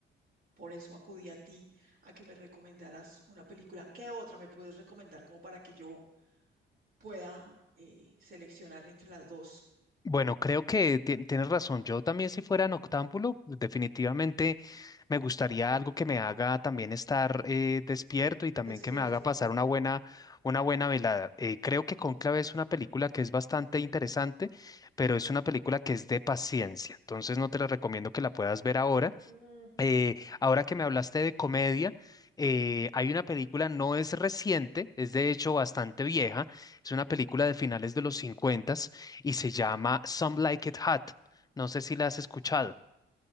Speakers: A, on the right (about 50°); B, on the left (about 20°).
A: por eso acudí a ti a que me recomendaras una película. ¿Qué otra me puedes recomendar como para que yo pueda eh, seleccionar entre las dos?
B: Bueno, creo que ti- tienes razón. Yo también si fuera noctámbulo, definitivamente me gustaría algo que me haga también estar eh, despierto y también
A: Despierto.
B: que me haga pasar una buena, una buena velada. Eh, creo que Cónclave es una película que es bastante interesante, pero es una película que es de paciencia. Entonces no te la recomiendo que la puedas ver ahora.
A: Mm,
B: Eh, ahora que me hablaste de comedia, eh, hay una película, no es reciente, es de hecho bastante vieja, es una película de finales de los 50 y se llama Some Like It Hot. No sé si la has escuchado.